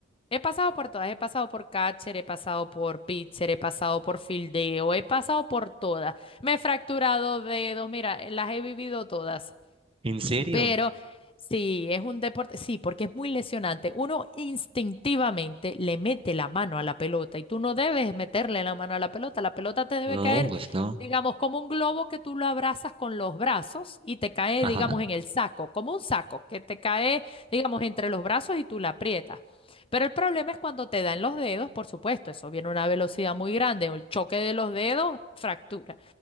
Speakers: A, on the left (about 30°); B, on the right (about 30°).
A: He pasado por todas. He pasado por catcher, he pasado por pitcher, he pasado por fildeo, he pasado por todas. Me he fracturado dedos. Mira, las he vivido todas.
B: ¿En serio?
A: Pero sí, es un deporte, sí, porque es muy lesionante. Uno instintivamente le mete la mano a la pelota y tú no debes meterle la mano a la pelota. La pelota te debe
B: No,
A: caer,
B: pues no.
A: digamos, como un globo que tú lo abrazas con los brazos y te cae,
B: Ajá.
A: digamos, en el saco, como un saco que te cae, digamos, entre los brazos y tú la aprietas. Pero el problema es cuando te dan los dedos, por supuesto, eso viene a una velocidad muy grande, el choque de los dedos, fractura.